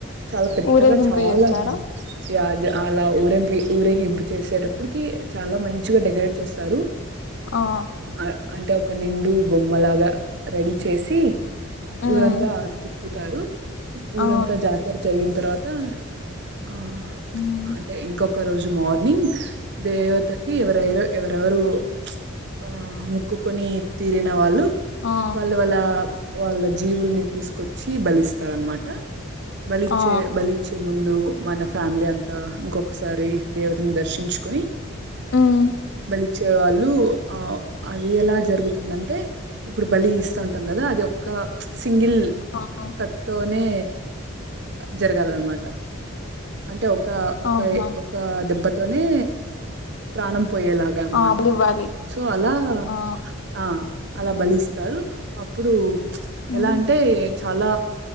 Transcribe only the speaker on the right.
చాలా పెద్దగా
చాలా
ఇ అలా ఊరెంపి ఊరేగింపు చేసేటప్పుడుకి చాలా మంచిగా డెకరేట్ చేస్తారు
అ అంటే ఒక నిండు బొమ్మలాగా రెడీ చేసి
ఊరంత తిప్పుతారు ఊరంతా
జాతర జరిగింది అ తరువాత ఆ
అంటే ఇంకొక ఒక రోజు మార్నింగ్ దేవతకి ఎవర ఎవరెవరు ఆ ముక్కుకొని తీరిన వాళ్ళు
వాళ్ళ వాళ్ళ వాళ్ళ జీవుల్ని తీసుకొచ్చి బలిస్త తరన్మాట బలిచే
బలిచే ముందు మన ఫ్యామిలీ అంతా ఇంకొకసారి దేవతని దర్శించుకుని
బలి వచ్చే వాళ్ళు ఆ అది ఎలా జరుగుతుందంటే ఇప్పుడు బలి ఇస్తా ఉంటుంది కదా అది ఒ సింగిల్
తోనే జరగాలన్నమాట అంటే ఒక ఒక
ఒక ఒక దెబ్బ తోనే ప్రాణభ పోయేలాగ అనమాట
సో అలా
ఆ అలా బలిస్తారు అప్పుడు
ఎలా అంటే చాలా